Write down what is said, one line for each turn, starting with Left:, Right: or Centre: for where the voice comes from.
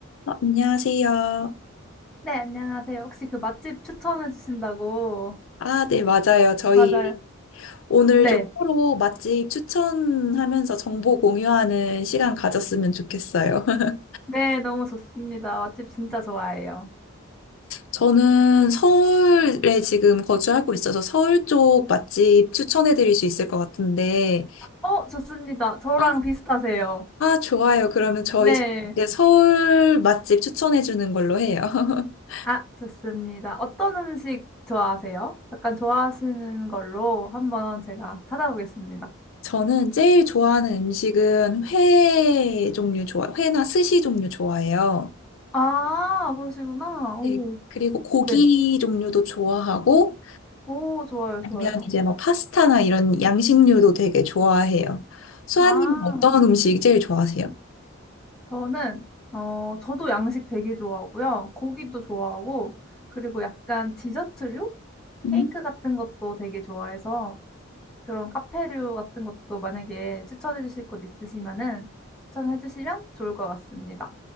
Left: 아, 안녕하세요.
Centre: 네, 안녕하세요. 혹시 그 맛집 추천해 주신다고.
Left: 아, 네, 맞아요. 저희
Centre: 맞아요.
Left: 오늘
Centre: 네.
Left: 좀 서로 맛집 추천하면서 정보 공유하는 시간 가졌으면 좋겠어요. <laughs>
Centre: 네, 너무 좋습니다. 맛집 진짜 좋아해요.
Left: 저는 서울에 지금 거주하고 있어서 서울 쪽 맛집 추천해 드릴 수 있을 것 같은데,
Centre: 어, 좋습니다. 저랑
Left: 아,
Centre: 비슷하세요.
Left: 아, 좋아요. 그러면 저희
Centre: 네.
Left: 이제 서울 맛집 추천해 주는 걸로 해요. <laughs>
Centre: 아, 좋습니다. 어떤 음식 좋아하세요? 약간 좋아하시는 걸로 한번 제가 찾아보겠습니다.
Left: 저는 제일 좋아하는 음식은 회 종류 좋아, 회나 스시 종류 좋아해요.
Centre: 아, 그러시구나. 오,
Left: 네, 그리고 고기
Centre: 네.
Left: 종류도 좋아하고
Centre: 오, 좋아요,
Left: 아니면
Centre: 좋아요.
Left: 이제 뭐 파스타나 이런 양식류도 되게 좋아해요. 수아님은
Centre: 아.
Left: 어떤 음식 제일 좋아하세요?
Centre: 저는 어 저도 양식 되게 좋아하고요. 고기도 좋아하고 그리고 약간 디저트류?
Left: 음.
Centre: 케이크 같은 것도 되게 좋아해서 그런 카페류 같은 것도 만약에 추천해 주실 곳 있으시면은 추천해 주시면 좋을 것 같습니다.